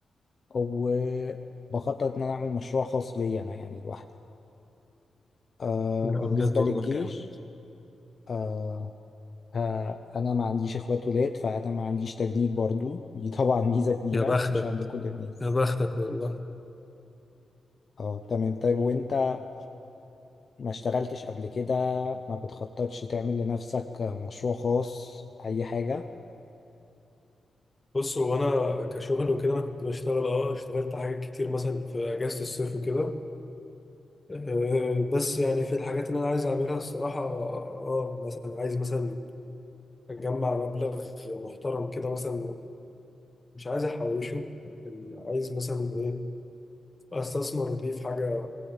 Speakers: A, on the left (about 40°); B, on the left (about 15°).
A: وبخطط ان انا اعمل مشروع خاص بيا انا يعني لوحدي آه
B: لا
A: بالنسبة
B: بجد والله
A: للجيش
B: جامد
A: آه آه، انا ما عنديش اخوات ولاد فانا ما عنديش تجنيد برضو <laughs> دي طبعا ميزة كبيرة
B: يا بختك
A: مش عند كل الناس
B: يا بختك والله
A: اه تمام طيب وانت ما اشتغلتش قبل كده ما بتخططش تعمل لنفسك مشروع خاص اي حاجة
B: بص هو انا كشغل وكده انا كنت بشتغل اه اشتغلت حاجات كتير مثلا في اجازه الصيف وكده آه، بس يعني في الحاجات اللي انا عايز اعملها الصراحه اه مثلا عايز مثلا اجمع مبلغ محترم كده مثلا مش عايز احوشه لكن عايز مثلا ايه استثمر دي في حاجه